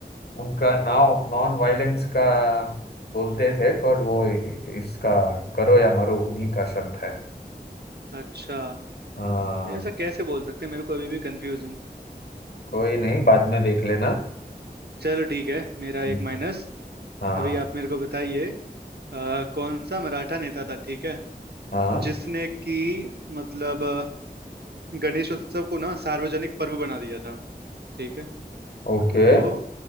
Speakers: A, on the left; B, on the right.
A: उनका नाव नॉन वायलेंस का बोलते थे पर वो इ- इसका करो या मरो उन्हीं का शब्द है
B: अच्छा
A: हाँ
B: ऐसा कैसे बोल सकते हैं मेरे को अभी भी कंफ्यूज हूँ
A: कोई नहीं बाद में देख लेना
B: चलो ठीक है मेरा
A: हम्म,
B: एक माइनस
A: हाँ
B: अभी आप मेरे को बताइए अ, कौन सा मराठा नेता था ठीक है
A: हाँ
B: जिसने कि मतलब अ, गणेश उत्सव को ना सार्वजनिक पर्व बना दिया था ठीक है
A: ओके
B: तो